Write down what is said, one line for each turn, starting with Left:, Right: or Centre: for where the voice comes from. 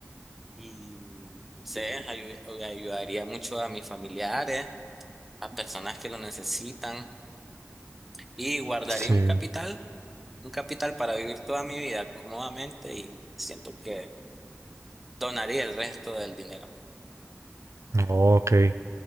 Centre: Y no sé, ayu- ayudaría mucho a mis familiares, a personas que lo necesitan y guardaría
Right: Sí,
Centre: un capital, un capital para vivir toda mi vida cómodamente y siento que donaría el resto del dinero.
Right: Oh, ok.